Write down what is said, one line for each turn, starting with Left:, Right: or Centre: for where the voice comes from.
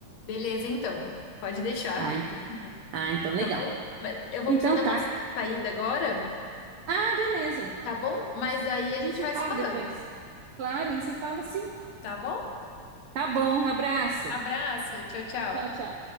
Left: beleza, então, pode deixar,
Right: Ah, então.
Left: <laughs>
Right: Ah, então legal.
Left: tá bom? Mas eu vou
Right: Então
Left: precisar dar
Right: tá.
Left: uma saída agora.
Right: Ah, beleza.
Left: Tá bom? Mas aí a
Right: A
Left: gente
Right: gente se
Left: vai
Right: fala
Left: se falando,
Right: depois. Claro, a gente se fala sim.
Left: tá bom?
Right: Tá bom, abraço.
Left: Abraço, tchau, tchau.
Right: Tchau, tchau.